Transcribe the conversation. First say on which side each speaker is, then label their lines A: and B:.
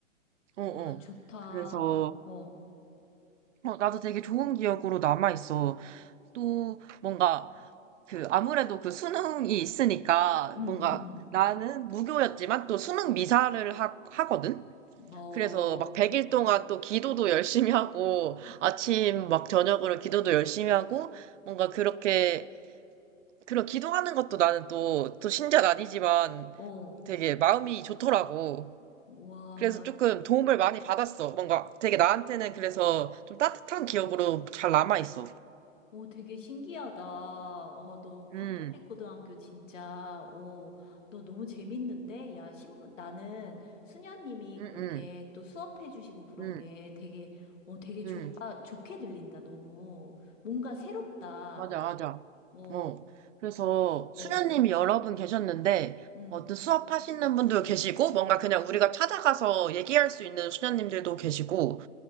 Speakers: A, on the right; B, on the left.
A: 어,
B: 와,
A: 어.
B: 좋다.
A: 그래서,
B: 어,
A: 어, 나도 되게 좋은 기억으로 남아있어. 또, 뭔가, 그, 아무래도 그 수능이 있으니까,
B: 응,
A: 뭔가,
B: 응, 응.
A: 나는 무교였지만 또 수능 미사를 하, 하거든?
B: 뭐,
A: 그래서 막 100일 동안 또 기도도 열심히 하고, 아침 막 저녁으로 기도도 열심히 하고, 뭔가 그렇게, 그런 기도하는 것도 나는 또, 또 신자는 아니지만
B: 어,
A: 되게 마음이 좋더라고.
B: 와,
A: 그래서 조금 도움을 많이 받았어. 뭔가 되게 나한테는 그래서 좀 따뜻한 기억으로 잘 남아있어.
B: 오, 되게 신기하다. 어, 너 카톨릭
A: 음,
B: 고등학교 진짜, 어, 너 너무 재밌는데? 야, 신부, 나는 수녀님이
A: 음,
B: 그렇게
A: 음,
B: 또 수업해 주시고 그런
A: 음,
B: 게 되게, 어, 되게 좋아,
A: 음.
B: 좋게 들린다, 너무. 뭔가 새롭다.
A: 맞아, 맞아.
B: 어,
A: 어. 그래서
B: 나, 어,
A: 수녀님이 여러 분 계셨는데,
B: 응.
A: 어떤 수업하시는 분도 계시고, 뭔가 그냥 우리가 찾아가서 얘기할 수 있는 수녀님들도 계시고,